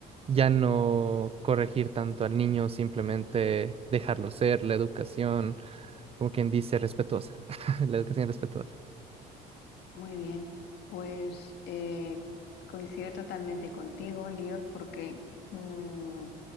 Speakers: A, on the right; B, on the left.
A: ya no corregir tanto al niño, simplemente dejarlo ser, la educación, como quien dice, respetuosa, <laughs> la educación respetuosa.
B: Muy bien, pues eh, coincido totalmente contigo, Lior, porque mm,